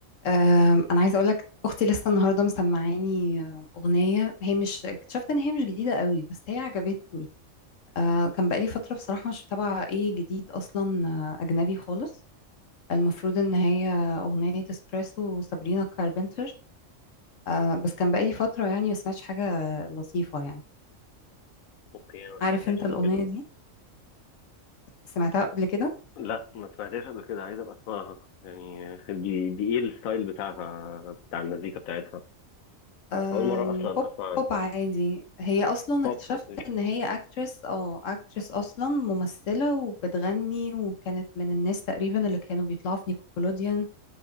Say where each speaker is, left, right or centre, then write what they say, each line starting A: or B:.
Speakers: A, on the left; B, on the left.
A: آم، انا عايزه اقول لك اختي لسه النهارده مسمعاني آه، اغنيه هي مش اكتشفت ان هي مش جديده قوي بس هي عجبتني آه، كان بقالي فتره بصراحه مش متابعه ايه جديد اصلا آه، اجنبي خالص المفروض ان هي اغنيه اسبريسو وسابرينا كاربنتر آه، بس كان بقالي فتره يعني ما سمعتش حاجه لطيفه يعني
B: اوكي انا ما
A: عارف
B: سمعتهاش
A: انت
B: قبل
A: الاغنيه
B: كده
A: دي سمعتها قبل كده
B: لا ما سمعتهاش قبل كده عايز ابقى اسمعها يعني دي دي ايه الستايل بتاعها بتاع المزيكا بتاعتها
A: أم،
B: اول مره اصلا
A: بوب
B: اسمع عن
A: بوب عادي هي اصلا
B: بوب
A: اكتشفت
B: اوكي
A: ان هي اكترس اه اكترس اصلا ممثلة وبتغني وكانت من الناس تقريبا اللي كانوا بيطلعوا في نيكولوديان